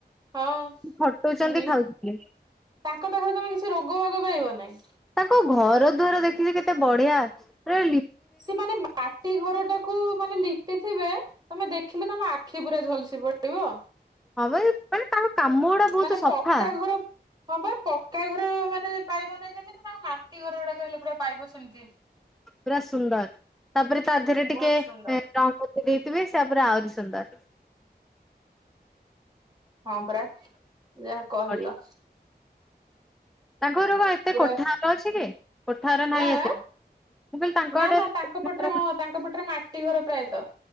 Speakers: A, on the right; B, in the centre.
A: ହଁନି
B: ଖଟଉଛନ୍ତି ଖାଉଛନ୍ତି
A: ତାଙ୍କ ପାଖରେ ତମେ କିଛି ରୋଗ ଭାଗ ପାଇବନି। ନାଇଁସ୍।
B: ତାଙ୍କ ଘର ଦ୍ବାର ଦେଖିଛି କେତେ ବଢିଆପୁରା
A: ସେମାନେ ମାଟି ଘର ଟାକୁ ମାନେ ଲିପିଥିବେ ତମେ ଦେଖିଲେ ତମ ଆଖି ପୁରା ଝଲସି ପଡିବ।
B: ହଁବା ମାନେ ତା କାମ ଗୁଡା ବହୁତ
A: ମାନେ
B: ସଫା।
A: ପକ୍କା ଘର ହଁ ବା ପକ୍କା ଘର ମାନେ ପାଇବନି ଯେମି ତା ମାଟି ଘର ଗୁଡା କହିଲେ ପୁରା ପାଇବ ସେମିତି।
B: ପୁରା ସୁନ୍ଦର। ତାପରେ ତା ଦେହରେ ଟିକେ
A: ବହୁତ ସୁନ୍ଦର
B: ରଙ୍ଗ ଦେଇଥିବେ ସେପରେ ଆହୁରି ସୁନ୍ଦର।
A: ହଁ ପରା। ଯାହା କହିଲ।
B: ବଢିଆ। ତାଙ୍କର ବା ଏତେ
A: ପୁରା
B: କୋଠାାର ଅଛି କି? କୋଠା ଘର ନାହିଁ
A: ଆଁ
B: ଏତେ
A: ଆଁ
B: ମୁଁ କହିଲି ତାଙ୍କ
A: ନା
B: ଆଡେ
A: ନା
B: କୋଠା
A: ତାଙ୍କ ପଟରେ
B: ଘର
A: ହଁ ତାଙ୍କ ପଟରେ ମାଟି ଘର ପ୍ରାୟତଃ।